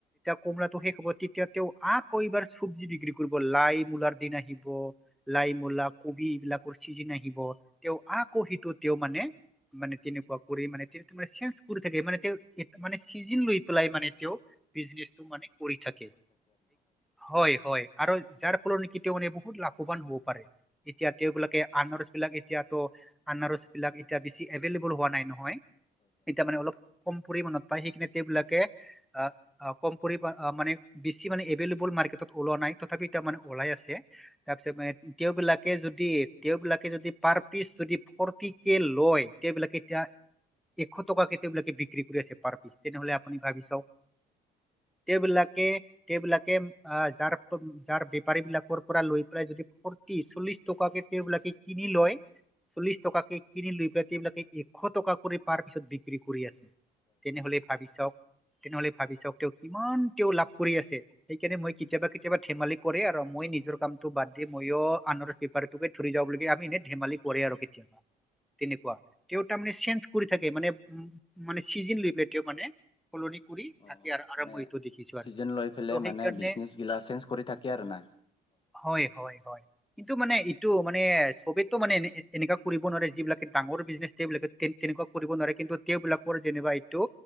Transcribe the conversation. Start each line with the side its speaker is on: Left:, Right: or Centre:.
Centre: কমলাটো শেষ হ'ব তেতিয়া তেওঁ আকৌ এইবাৰ চব্জি বিক্ৰী কৰিব লাই মূলাৰ দিন আহিব। লাই মূলা কবি এইবিলাকৰ চিজিন আহিব, তেওঁ আকৌ সেইটো তেওঁ মানে মানে তেনেকুৱা কৰি মানে মে চেনজ কৰি থাকে মানে তেওঁ মানে চিজন লৈ পেলাই মানে তেওঁ বিজনেটো মানে কৰি থাকে, হয় হয় আৰু যাৰ ফলত নেকি তেওঁ বহুত লাভৱান হ'ব পাৰে, এতিয়া তেওঁবলাকে আৰ্নাৰছ বিলাক এতিয়াতো আনাৰসবিলাক এতিয়া বেছি এভেইলেবল হোৱা নাই নহয়, এতিয়া মানে অলপ কম পৰিমানত পায় সেইখিনি তেওঁবিলাকে আহ কম পৰি মানে বেছি মানে এভেলেবল মাৰ্কেটত ওলোৱা নাই তথাপি এতিয়া মানে ওলাই আছে। তাৰপিছত মানে তেওঁবলাকে যদি তেওঁবলাকে যদি পাৰ পিচ যদি ফৰটি কে লয় তেওঁবিলাকে এতিয়া এশ টকাকে তেওঁবিলাকে বিক্ৰী কৰি আছে পাৰ পিচ তেনেহলে আপুনি ভাবি চাওক তেওঁবলাকে তেওঁবলাকে আহ যাৰ যাৰ বেপাৰী বিলাকৰ পৰা লৈ পেলাই যদি ফৰ্তি চল্লিশ টকা কে তেওঁবলাকে কিনি লয় চল্লিশ টকাকে কিনি লৈ পেলাই বিলাকে এশ টকাকে কৰি পাৰ পিছত বি বিক্ৰী কৰি আছে, তেনেহলে ভাবি চাওক তেনেহলে ভাবি চাওক তেওঁ কিমান তেওঁ লাভ কৰি আছে সেইকাৰণে মই কেতিয়াবা কেতিয়াবা ধেমালি আৰু মই নিজৰ কামটো বাদ দি মইো আনৰ পেপাৰোকে ধৰি যাব ধমালি কৰে আৰু কেতিয়া তেনেুৱ ত <inaudible> থাকে মান উম মানে চিজ লবেলও মানে সলনি কৰি
Left: অ
Centre: থাকে।
Left: অ'
Centre: আৰু আৰু
Left: মানে
Centre: মই এইটো দেখিছো
Left: চিজন
Centre: আৰু
Left: লৈ পেলাই
Centre: ত'
Left: মানে
Centre: সেইকাৰণে
Left: বিজনেচগিলা চেঞ্জ কৰি থাকে আৰু না।
Centre: হয় হয় হয় কিন্তু মানে টো মানে চবেতো মানে এনেকুৱা কৰিব নোৱাৰে যিবিলাকে ডাঙৰ বিজনেছ সবিলাকে তেনেকুৱা কৰিব নোৱাৰে। কিন্তু তেওঁবলাকৰ যেনিবা এইটো